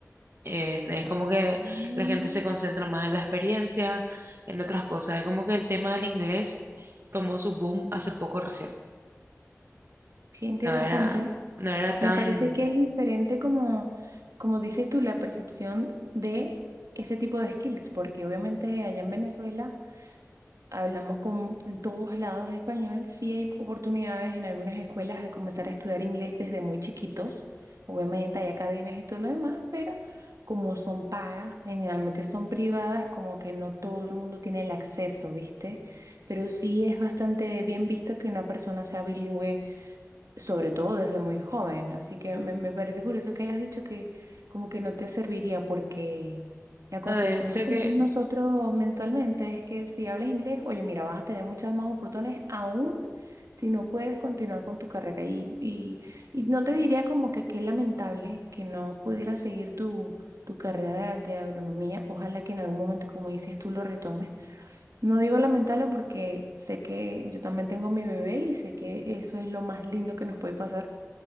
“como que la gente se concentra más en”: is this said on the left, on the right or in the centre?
Right